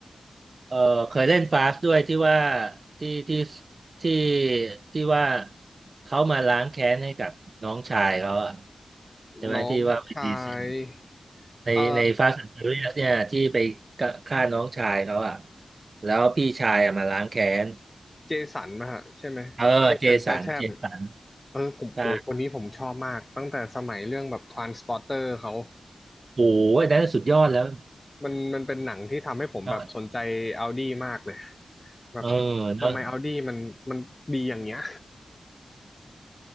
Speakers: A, on the right (about 50°); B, on the left (about 25°).
A: เออเคยเล่นฟาสด้วยที่ว่าที่ที่ที่ที่ว่าเขามาล้างแค้นให้กับน้องชายเขาอะใช่ไหมที่ว่าวินดีเซล
B: น้องชาย
A: ในในฟาสต์แอนด์ฟิวเรียสเนี่ยที่ไป
B: เอ่อ
A: ฆ่าน้องชายเขาอ่ะแล้วพี่ชายอะมาล้างแค้น
B: เจสันนะฮะใช่ไหมเจสันสเต
A: เออเจสันเจสัน
B: t ทม เออผมโหคนนี้ผมชอบมากตั้งแต่สมัยเรื่องแบบ
A: ใช่
B: Transporter เขา
A: โอ้ยนั้นสุดยอดแล้ว
B: มันมันเป็นหนังที่ทำให้ผมแบบสนใจ
A: ยอด
B: Audi มากเลยแบบ
A: เออเนอะ
B: ทำไม
A: <laughs>
B: Audi มันมันดีอย่างเงี้ย